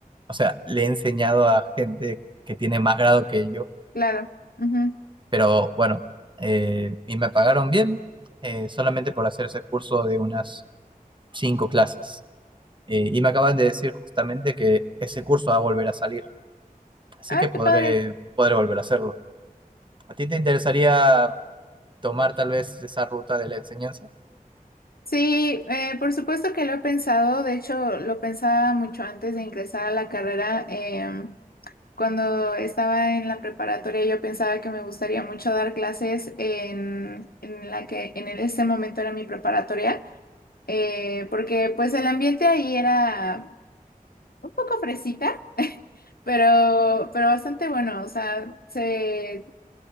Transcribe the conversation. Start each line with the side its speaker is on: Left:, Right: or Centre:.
Right: o sea, le he enseñado a gente que tiene más grado que yo,
Left: Claro. Ujú.
Right: pero bueno, eh, y me pagaron bien eh, solamente por hacer ese curso de unas cinco clases. Eh, y me acaban de decir justamente que ese curso va a volver a salir, así
Left: Ay,
Right: que podré,
Left: qué padre.
Right: podré volver a hacerlo. ¿A ti te interesaría tomar tal vez esa ruta de la enseñanza?
Left: Sí, eh, por supuesto que lo he pensado. De hecho, lo pensaba mucho antes de ingresar a la carrera. Em, cuando estaba en la preparatoria, yo pensaba que me gustaría mucho dar clases en, en la que en ese momento era mi preparatoria eh, porque pues el ambiente ahí era un poco fresita, pero, pero bastante bueno. O sea, se,